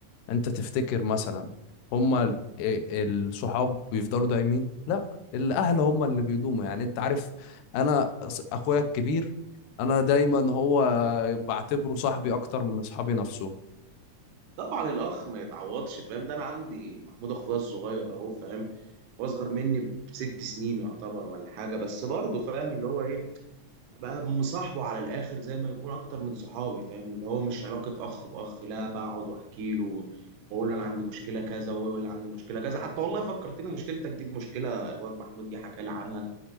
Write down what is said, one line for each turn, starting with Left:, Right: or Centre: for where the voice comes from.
Left: انت تفتكر مثلا هما ال- ال- الصحاب بيفضلوا دايمين لا الاهل هما اللي بيدوموا يعني انت عارف انا أص- اخويا الكبير انا دايما هو بعتبره صاحبي اكتر من اصحابي نفسهم
Right: طبعا الاخ ما يتعوضش فاهم ده انا عندي محمود اخويا الصغير اهو فاهم واصغر مني بست سنين يعتبر ولا حاجه بس برضه فاهم اللي هو ايه بقى مصاحبه على الاخر زي ما يكون اكتر من صحابي فاهم اللي هو مش علاقه اخ باخ لا بقعد واحكي له واقول له انا عندي مشكله كذا وهو يقول لي عندي مشكله كذا حتى والله فكرتني مشكلتك دي بمشكله الواد محمود جه حكى لي عنها